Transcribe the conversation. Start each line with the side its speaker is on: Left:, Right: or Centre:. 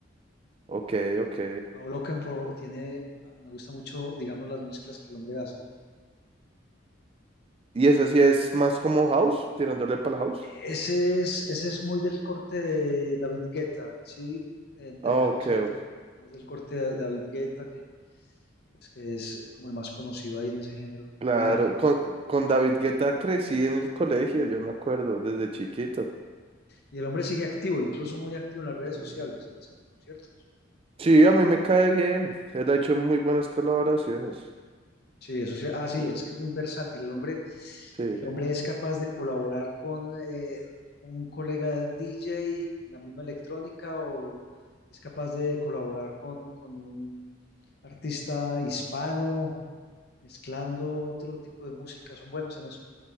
Right: Ok, ok.
Left: Paul Oakenfold tiene, me gusta mucho, digamos, las mezclas que el hombre hace.
Right: Y esa sí es más como house, tirándole para la house.
Left: Ese es, ese es muy del corte de David Guetta, sí, entre
Right: Ah,
Left: house
Right: Ok, ok.
Left: y electrónica, más del corte de David Guetta que pues que es como el más conocido ahí en ese género.
Right: Claro,
Left: O era,
Right: con,
Left: hay
Right: con
Left: muchos.
Right: David Guetta crecí en el colegio, yo me acuerdo, desde chiquito.
Left: Y el hombre sigue activo, incluso muy activo en las redes
Right: Sí,
Left: sociales, sigue haciendo conciertos.
Right: Sí, a mí me cae bien. Él ha hecho muy buenas colaboraciones.
Left: Sí, eso sí, ah, sí, es que es muy versátil. El hombre,
Right: Sí.
Left: el hombre es capaz de colaborar con eh, un colega DJ en la misma electrónica o es capaz de colaborar con, con un artista hispano, mezclando otro tipo de música. Son buenos en eso.